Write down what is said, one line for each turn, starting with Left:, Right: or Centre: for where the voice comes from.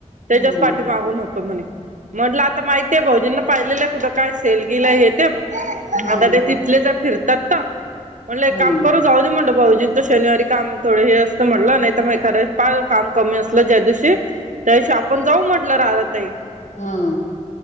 Right: त्याच्याच
Left: हम्म
Right: पाठी मागून होतो म्हणे म्हटलं आता माहितीय भाऊजींना पाहिलेलं कुठं काय सेलगील हे ते
Left: हम्म
Right: आता ते तिथलेचय फिरतात तर म्हणलं एक
Left: हम्म
Right: काम करू जाऊ दे म्हणंल भाऊजींचं शनिवारी काम थोडें हे असतं म्हटलं नाही तर मग एखादे पाही काम कमी असलं ज्या दिवशी त्याविशी आपण जाऊ म्हटलं राधाताई
Left: हमं